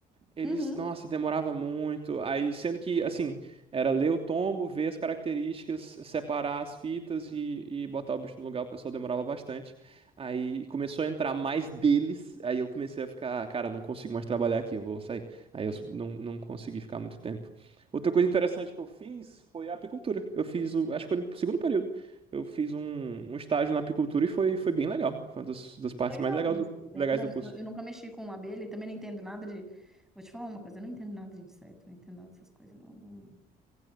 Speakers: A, on the right; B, in the centre.
A: Eles,
B: Uhum.
A: nossa, demorava muito. Aí, sendo que, assim, era ler o tombo, ver as características, separar as fitas e, e botar o bicho no lugar, o pessoal demorava bastante. Aí começou a entrar mais deles, aí eu comecei a ficar, cara, não consigo mais trabalhar aqui, eu vou sair. Aí eu não, não consegui ficar muito tempo. Outra coisa interessante que eu fiz foi a apicultura. Eu fiz, o- acho que foi no segundo período. Eu fiz um, um estágio na apicultura e foi, foi bem legal. Foi uma das, das partes
B: Legal
A: mais legais
B: isso.
A: do,
B: É,
A: legais
B: Não,
A: do
B: isso-
A: curso.
B: eu nunca mexi com abelha e também não entendo nada de. Vou te falar uma coisa, eu não entendo nada de inseto, não entendo nada dessas coisas. Não, não,